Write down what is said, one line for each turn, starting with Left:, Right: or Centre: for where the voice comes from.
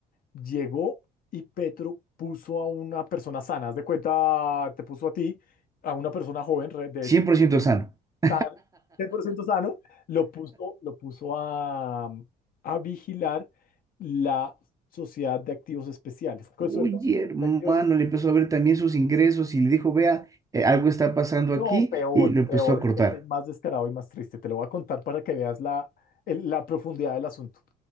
Left: llegó y Petro puso a una persona sana, haz de cuenta, te puso a ti, a una persona joven, re- de,
Right: 100% sano. <laughs>
Left: sano, 100% sano, lo puso, lo puso a, a vigilar la Sociedad de Activos Especiales. ¿Qué
Right: Oye,
Left: es la Sociedad
Right: hermano,
Left: de Activos Es-
Right: le empezó a ver también sus ingresos y le dijo, vea, eh, algo está pasando
Left: No,
Right: aquí
Left: peor,
Right: y lo empezó
Left: peor,
Right: a cortar.
Left: es, es más descarado y más triste. Te lo voy a contar para que veas la, el- la profundidad del asunto.